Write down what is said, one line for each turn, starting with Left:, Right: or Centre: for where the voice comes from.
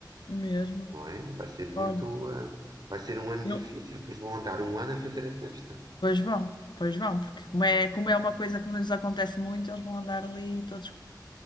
Left: Mesmo.
Right: não é? Vai ser muito,
Left: Olha.
Right: ah, vai ser um ano
Left: eu
Right: difícil, depois vão andar um ano a fazer a festa.
Left: Pois vão, pois vão, porque como é, como é uma coisa que nos acontece muito, eles vão andar ali todos,